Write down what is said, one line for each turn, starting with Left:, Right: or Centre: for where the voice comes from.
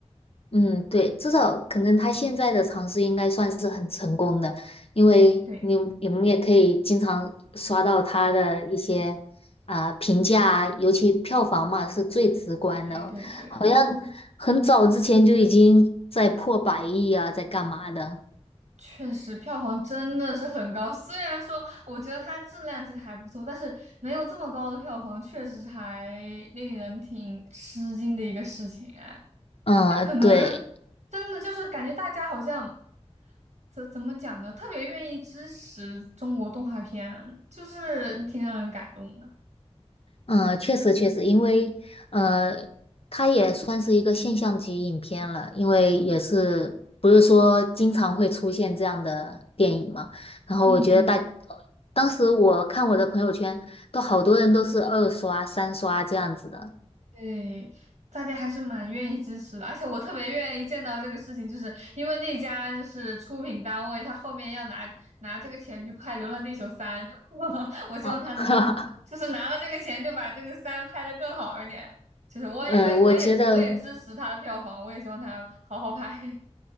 Left: 嗯对，至少可能他现在的尝试应该算是很成功的，因为你你们也可以经常刷到他的一些啊、
Right: 对
Left: 评价啊尤其票房嘛是最直观的，
Right: 对对对，
Left: 好像很早之前就已经在破百亿啊，在干嘛的？
Right: 确实票房真的是很高。虽然说我觉得它质量其实还不错，但是能有这么高的票房，确实是还令人挺吃惊的一个事情哎。
Left: 嗯，
Right: 那可能
Left: 对。
Right: 真的就是感觉大家好像怎怎么讲呢，特别愿意支持中国动画片，就是挺让人感动的。
Left: 嗯，确实确实，因为呃，它也算是一个现象级影片了，因为也是不是说经常会出现这样的电影嘛。然后我觉得大，
Right: 嗯嗯，
Left: 呃当时我看我的朋友圈，都好多人都是二刷、三刷这样子的
Right: 对，大家还是蛮愿意支持的，而且我特别愿意见到这个事情，就是因为那家就是出品单位，他后面要拿拿这个钱去拍《流浪地球三》，<laughs> 我我希望他能够就是拿了这个钱就把这个三拍的更好一点。
Left: 啊。<laughs>
Right: 就是我也我也我也我也支持他的票房，
Left: 嗯，呃我觉得，
Right: 我也希望他好好拍。<laughs>